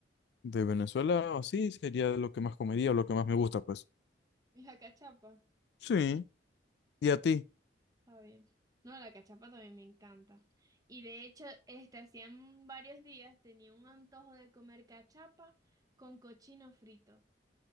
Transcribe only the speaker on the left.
de Venezuela, así sería lo que más comería o lo que más me gusta, pues.
Sí, ¿y a ti?